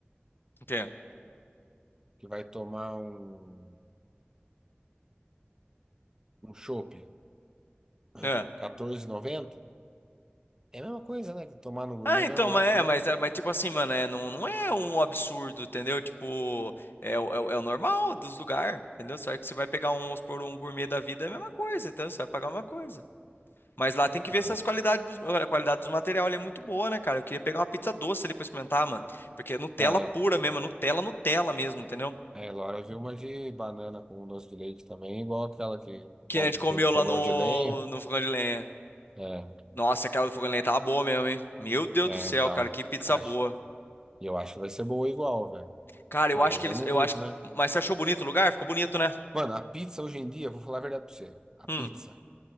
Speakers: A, on the left (about 60°); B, on the right (about 15°).
A: O quê?
B: que vai tomar um um chopp <clears throat>
A: É.
B: quatorze e noventa. É a mesma coisa, né? Que tomar no gourmet
A: Ah, então,
B: mesmo, eu
A: mas
B: acho,
A: é,
B: né?
A: mas, é, mas tipo assim, mano, é, não, não é um absurdo, entendeu? Tipo, é, o- é, o é o normal dos lugares, entendeu? Só que você vai pegar um, vamos supor, um gourmet da vida, é a mesma coisa, entendeu? Você vai pagar uma coisa. Mas lá tem que
B: É,
A: ver se as qualidades dos, olha, a qualidade dos materiais ali é muito boa, né, cara? Eu queria pegar uma pizza doce ali pra experimentar, mano. Porque é Nutella
B: tá, é,
A: pura mesmo,
B: ah,
A: é Nutella, Nutella mesmo, entendeu?
B: é, Laura viu uma de banana com um doce de leite também, igual aquela que
A: Que
B: come-
A: a gente comeu
B: tem no fogão
A: lá no,
B: de lenha.
A: no fogão de lenha.
B: É,
A: Nossa, aquela do fogão de lenha tava boa mesmo, hein? Meu Deus
B: é,
A: do céu,
B: então,
A: cara, que pizza
B: acho,
A: boa.
B: e eu acho que vai ser boa igual, velho.
A: Cara,
B: Mas
A: eu acho que
B: eu
A: eles.
B: não
A: Eu
B: curto,
A: acho. que-
B: né?
A: Mas você achou bonito o lugar? Ficou bonito, né?
B: Mano, a pizza hoje em dia, vou falar a verdade pra você. A pizza,
A: Hum,